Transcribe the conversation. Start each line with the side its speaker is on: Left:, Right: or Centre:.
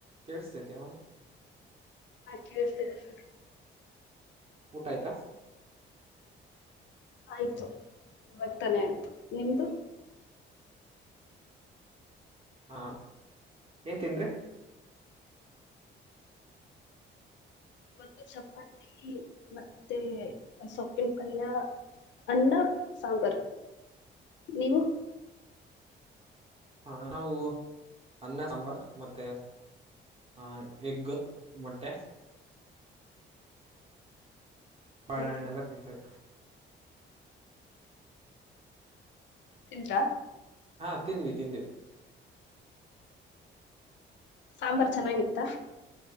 Right: ಕೇಳಸ್ತಾತ ಮ
Left: ಕೇಳ್ತಿಸಿದೆ ಸರ್
Right: ಊಟ ಆಯ್ತಾ
Left: ಆಯ್ತು ಇವಗತ್ತಾನೆ ಆಯ್ತು ನಿಮ್ದು
Right: ಹಾ ಏನ್ ತಿನಂದ್ರೀ
Left: ಇವತ್ತು ಶಪಾತಿ ಮತ್ತೆ ಸೊಪ್ಪಿನ ಪಲ್ಯ ಅನ್ನ ಸಾಂಬರ್ ನೀವು
Right: ಹ ನಾವು ಅನ್ನ ಸಾಂಬಾರ್ ಮತ್ತೆ ಹಾ ಎಗ್ ಮೊಟ್ಟೆ ಬಾಳಹಣ್ಣು
Left: ಮತ್ತೆ
Right: ಎಲ್ಲಾ ತಿಂದವಿ
Left: ತಿಂದ್ರ
Right: ಹಾ ತಿಂದ್ವಿ ತಿಂದ್ವಿ
Left: ಸಾಂಬಾರ್ ಚೆನ್ನಾಗಿತ್ತ